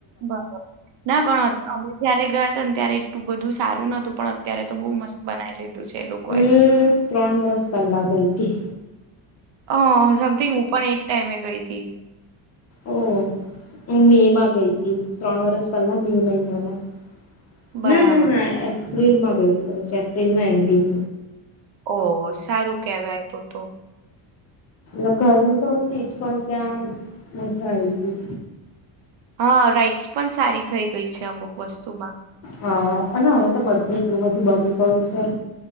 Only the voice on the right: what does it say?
બરોબર ના પણ અમે જયારે ગયા હતા ને ત્યારે એટલું બધું સારું નતું પણ અત્યારે. તો બઉુ મસ્ત બનાવી લીધું છે. એ લોકોએ
અ સમથિંગ હું પણ એજ ટાઈમે ગઈ હતીી.
બરાબર
ઓ સારું કેહેવાય તો તો.
હા રાઈટસ પણ સારી થઈ ગઈ છે અમુક વસ્તુમાં.